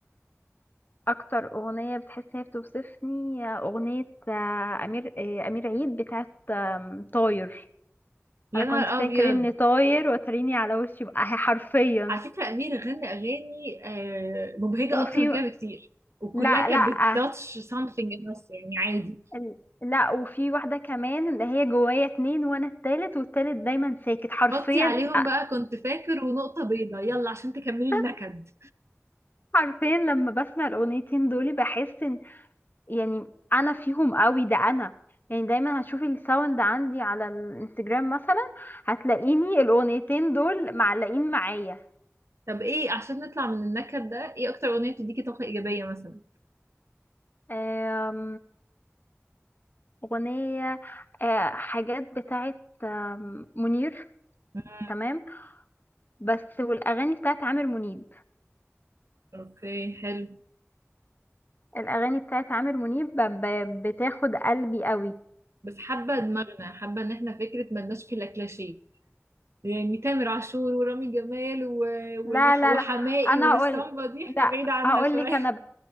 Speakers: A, on the left; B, on the right.
A: اكتر اغنيه بتحس هي بتوصفني اغنيه آه، امير آه، امير عيد بتاعت آم، طاير
B: يا
A: انا كنت
B: نهار
A: فاكر
B: أبيض
A: اني طاير وتريني على وشي بقى حرفيا
B: على فكرة أمير غنى أغاني آه، مبهجة
A: وفي
B: أكتر من كده بكتير وكلها
A: لا لا
B: كانت
A: آه،
B: بتاتش سامثينج النص يعني عادي
A: ال- لا وفي واحده كمان اللي هي جوايا اتنين وانا التالت والتالت دايما ساكت حرفيا
B: حطي عليهم
A: آه،
B: بقى كنت فاكر ونقطة بيضة يلا عشان تكملي
A: <laughs>
B: النكد
A: حرفيا لما بسمع الاغنيتين دول بحس يعني انا فيهم قوي ده انا يعني دايما هتشوفي الساوند عندي على الانستجرام مثلا هتلاقيني الاغنيتين دول معلقين معايا
B: طب ايه عشان نطلع من النكد ده ايه اكتر اغنية بتديكي طاقة ايجابية مثلا
A: آم، اغنية آه، حاجات بتاعت منير
B: مم.
A: تمام بس والاغاني بتاعت عامر منيب
B: اوكي حلو
A: الاغاني بتاعت عامر منيب ب- ب- بتاخد قلبي قوي
B: بس حابة دماغنا حابة ان احنا فكرة ملناش في الكلاشيه يعني تامر عاشور ورامي جمال و... والح-
A: لا لا
B: وحماقي
A: لا انا
B: والاسطمبة
A: هقول
B: دي احنا
A: لا
B: بعيد عنها
A: هقول
B: شوية
A: لك انا